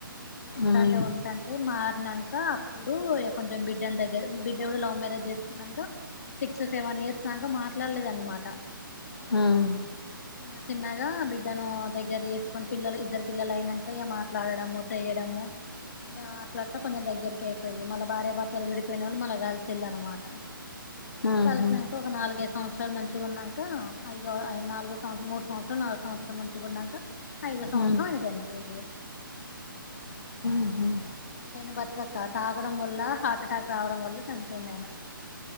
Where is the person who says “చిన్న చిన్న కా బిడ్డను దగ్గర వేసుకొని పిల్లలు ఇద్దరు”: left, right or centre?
Left